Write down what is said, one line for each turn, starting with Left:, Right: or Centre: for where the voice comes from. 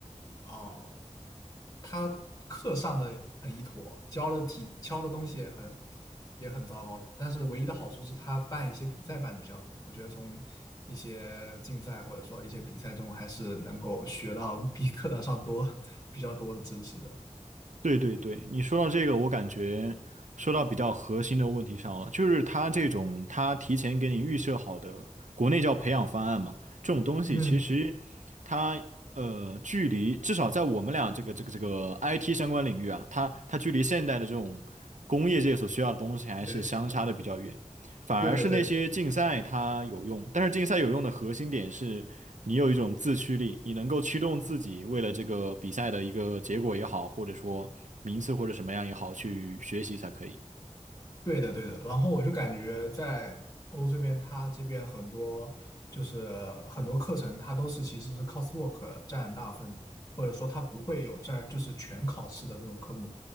Left: 哦，呃他课上的很一坨，教的题教的东西也很也很糟糕，但是唯一的好处是他办一些比赛办的比较多，我觉得从一些竞赛或者说一些比赛中还是能够学到比课堂上多 <laughs> 比较多的知识的。
Right: 对对对，你说到这个，我感觉说到比较核心的问题上了，就是他这种他提前给你预设好的，国内叫培养方案嘛，这种东西其实它呃距离至少在我们俩这个这个这个
Left: 嗯，
Right: IT 相关领域啊，它它距离现代的这种工业界所需要的东西还是相差的比较远，
Left: 对，
Right: 反而是那些竞赛它有用，
Left: 对的，对的。
Right: 但是竞赛有用的核心点是你有一种自驱力，你能够驱动自己为了这个比赛的一个结果也好，或者说名次或者什么样也好，去学习才可以。
Left: 对的，对的。然后我就感觉在欧这边，它这边很多就是很多课程，它都是其实是 coursework 占大部分，或者说它不会有占就是全考试的那种科目。